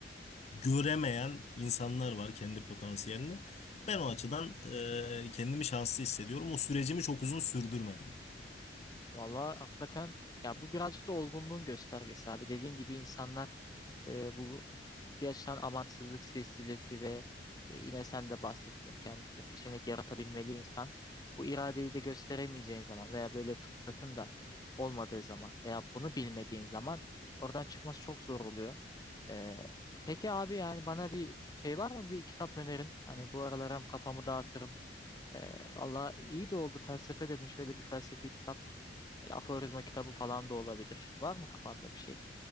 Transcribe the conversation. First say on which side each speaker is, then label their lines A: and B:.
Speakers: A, on the left; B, on the left.
A: göremeyen insanlar var kendi potansiyelini. Ben o
B: Hı
A: açıdan
B: hı.
A: e, kendimi şanslı hissediyorum. O sürecimi çok uzun sürdürmedim.
B: Valla hakikaten ya bu birazcık da olgunluğun göstergesi abi. Dediğin gibi insanlar e, bu yaşanan amansızlık silsilesi ve e, yine sen de bahsettin kendisine seçenek yaratabilmeli insan. Bu iradeyi de gösteremeyeceğin zaman veya böyle fırsatın da olmadığı zaman veya bunu bilmediğin zaman oradan çıkması çok zor oluyor. E, peki abi yani bana bir şey var mı bir kitap önerin? Hani bu aralar hem kafamı dağıtırım. E, valla iyi de oldu felsefe dedin şöyle bir felsefi kitap. Böyle aforizma kitabı falan da olabilir. Var mı kafanda bir şey?